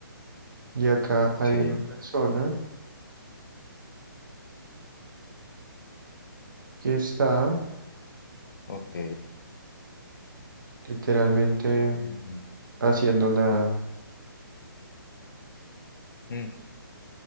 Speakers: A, on the right (about 60°); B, on the left (about 65°).
A: y acá hay
B: Sí.
A: una persona que está
B: Ok.
A: literalmente
B: Ujú.
A: haciendo nada.
B: Mm,